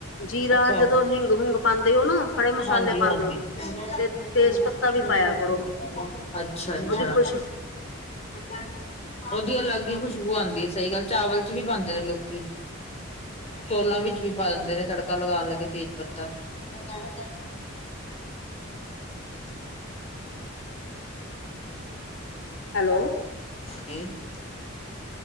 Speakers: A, on the left; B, on the left.
A: ਜੀਰਾ
B: ਅੱਛਾ,
A: ਜਦੋਂ ਹਿੰਗ-ਹੁੰਗ ਪਾਂਦੇ ਓ ਨਾ ਖੜੇ ਮਸਾਲੇ
B: ਹਾਂਜੀ-ਹਾਂਜੀ
A: ਪਾਉਂਦੇ ਹੋ
B: <unintelligible>
A: ਤੇ ਤੇਜ ਪੱਤਾ ਵੀ ਪਾਇਆ ਕਰੋ
B: ਅੱਛਾ-ਅੱਛਾ।
A: ਉਹਦੀ ਖੁਸ਼
B: <unintelligible> ਓਦੀ ਅਲੱਗ ਈ ਖੁਸ਼ਬੂ ਆਂਦੀ ਏ, ਸਹੀ ਗੱਲ ਚਾਵਲ ਚ ਵੀ ਪਾਂਦੇ ਨੇ ਲੋਕੀ। ਚੋਲਾਂ ਵਿੱਚ ਵੀ ਪਾ ਦਿੰਦੇ ਨੇ ਤੜਕਾ ਲਗਾਣ ਲੱਗੇ ਤੇਜ ਪੱਤਾ। <inaudible>
A: ਹੈਲੋ।
B: <unintelligible>